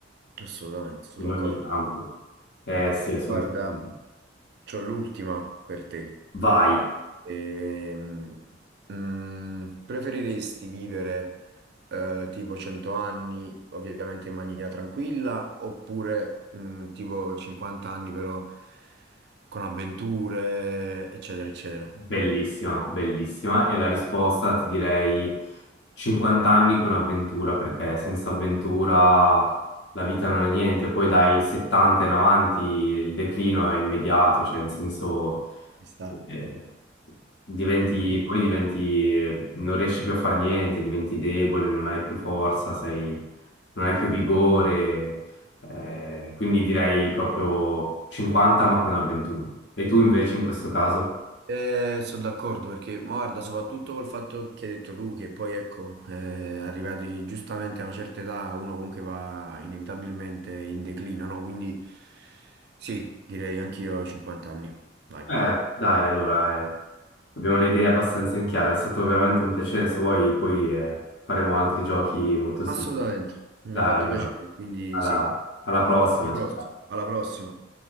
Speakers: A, on the right; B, on the left.
A: assolutamente, sono
B: in
A: d'accordo.
B: ogni campo. Eh sì, assolutamente.
A: Guarda, c'ho l'ultima per te.
B: Vai.
A: Ehm, mm, preferiresti vivere eh, tipo 100 anni, ovviamente in maniera tranquilla, oppure mm, tipo 50 anni però con avventure, eccetera, eccetera?
B: Bellissima, bellissima. E la risposta ti direi 50 anni con avventura, perché senza avventura la vita non è niente. Poi dai 70 in avanti il declino è immediato, cioè in senso
A: Ci sta.
B: eh, diventi,
A: Sì.
B: poi diventi, non riesci più a fare niente, diventi debole, non hai più forza, sei, non hai più vigore. Eh, quindi direi proprio 50 ma con avventura. E tu invece in questo caso?
A: Eh, sono d'accordo perché, ma guarda, soprattutto col fatto che hai detto tu, che poi ecco, eh, arrivati giustamente a una certa età, uno comunque va inevitabilmente in declino, no? Quindi sì, direi anch'io 50 anni, dai.
B: Eh, dai, allora, eh, abbiamo le idee abbastanza in chiaro, è stato veramente un piacere, se vuoi poi eh, faremo altri giochi molto simili.
A: Assolutamente, mi
B: Dai,
A: ha fatto
B: allora,
A: piacere, quindi
B: alla
A: sì,
B: alla prossima,
A: alla
B: ciao
A: prossima.
B: ciao.
A: Alla prossima.